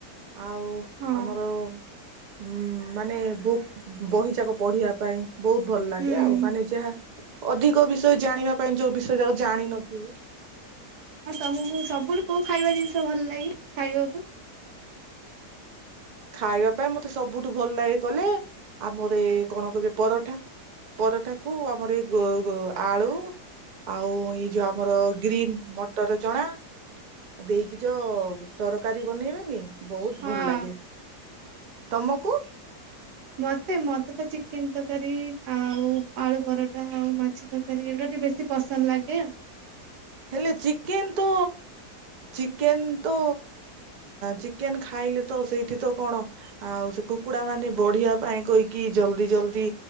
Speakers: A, on the right; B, on the right.
A: ଆଉ
B: ହଁ
A: ଆମର ଉଁ ମାନେ ବୁକ୍ ବହିଯାକ ପଢିବା ପାଇଁ, ବହୁତ ଭଲ ଲାଗେ
B: ହୁଁ
A: ଆଉ। ମାନେ ଯାହା ଅଧିକ ବିଷୟ ଜାଣିବା ପାଇଁ ଯୋଉ ବିଷୟ ଯାକ ଜାଣିନଥିବ।
B: ହଁ ତମକୁ ସବୁଠୁ କୋଉ ଖାଇବା ଜିନିଷ ଭଲ ଲାଗେ ଖାଇବାକୁ?
A: ଖାଇବା ପାଇଁ ମତେ ସବୁଠୁ ଭଲ ଲାଗେ କଲେ ଆମର ଏ କଣ କହିବେ ପରଠା। ପରଠାକୁ ଆମର ଏଇ ଗୋ ଗୋ ଆଳୁ ଆଉ ଏଇ ଯୋଉ ଆମର ଗ୍ରୀନ ମଟର ଚଣା। ଆଉ ଦେଇକି ଯୋ ତରକାରୀ ବନେଇବେନି ବହୁତ
B: ହଁ
A: ଭଲ ଲାଗେ। ତୁମକୁ?
B: ମତେ ମତେ ତ ଚିକେନ ତରକାରୀ, ଆଉ ଆଳୁ ପରଠା, ଆଉ ମାଛ ତରକାରୀ ଏ ଗୁଡ଼ା ବେଶୀ ପସନ୍ଦ ଲାଗେ ଆଉ।
A: ହେଲେ ଚିକେନ ତ ଚିକେନ ତ ଚିକେନ ଖାଇଲେ ତ ସେଇଠି ତ କଣ ଆଉ ସେ କୁକୁଡା ମାନେ ବଢିବା ପାଇଁ କହିକି ଜଲ୍ଦି ଜଲଦି